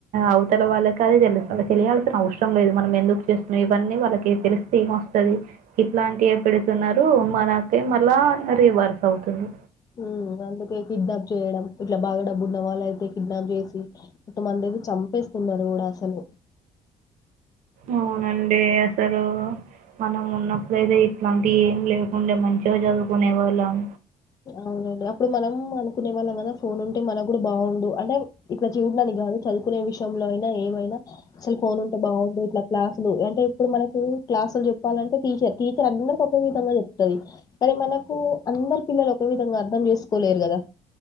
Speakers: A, on the right (about 85°); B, on the left (about 30°).
A: అవతల వాళ్ళకి అది తెలు వాళ్ళకి తెలియాల్సిన అవసరం లేదు మనం ఎందుకు చేస్తున్నాం ఇవన్నీ వాళ్ళకి తెలిస్తే ఏంవస్తది ఇట్లాంటివి పెడుతున్నారు మనకే మళ్ళా రీవర్స్ అవుతుంది
B: హ్మ్మ్ అందుకే కిడ్నాప్ చేయడం ఇట్లా బాగా డబ్బులు నావాలైతే కిడ్నాప్ చేసి ఇంత మందిది చంపేస్త ఉన్నాడు కూడా అసలు
A: అవునండి అసలు మనం ఉన్నపుడైతే ఇట్లాంటి ఏం లేకుండే మంచిగా చదువుకునే వాళ్ళం
B: అవునండి అప్పుడు మనం అనుకునే వాళ్ళం కదా ఫోన్ ఉంటే మనకి కూడా బాగుండు అంటే ఇట్లా చూడానికి కాదు చదువుకునే విషయంలో అయినా ఏమైనా అసలు ఫోన్ ఉంటే బాగుండు ఇట్లా క్లాసులు అంటే ఇపుడు మనకు క్లాసులు చెప్పాలంటే టీచర్ టీచర్ అందరికి ఓకే విధంగా చెప్తది కానీ మనకు అందరు పిల్లలు ఓకే విధంగా అర్థం చేసుకోలేరు కదా